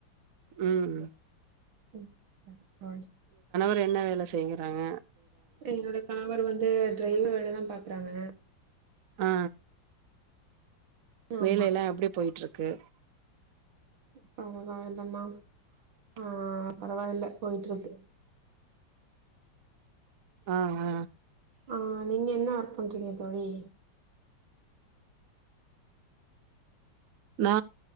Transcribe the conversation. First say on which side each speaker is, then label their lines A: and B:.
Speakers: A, on the right (about 60°); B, on the right (about 85°).
A: உம்
B: ம் ஆ
A: இப்ப என்ன வேல செய்யுறாங்க
B: என்னோட கணவர் வந்து ரயில் வேலதான் பாக்குறாங்க
A: ஆ
B: ஆமா
A: வேலையெல்லா எப்டி போயிட்டு இருக்கு க்கு
B: பரவாயில்லா மாம் ஆ பரவாயில்ல போயிட்டு இருக்கு
A: ஆ ஆ
B: ஆ நீங்க என்ன வொர்க் பண்றீங்க தோழி
A: நா